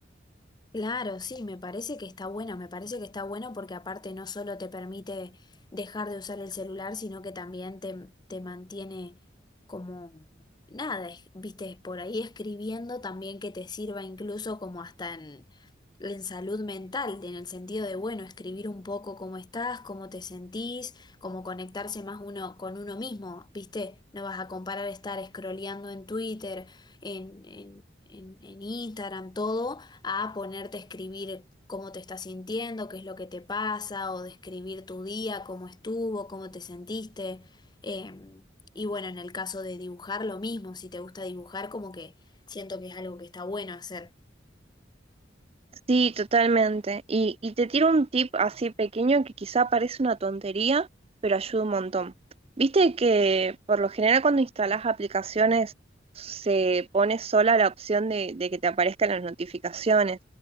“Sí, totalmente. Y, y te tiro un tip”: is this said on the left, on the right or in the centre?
Right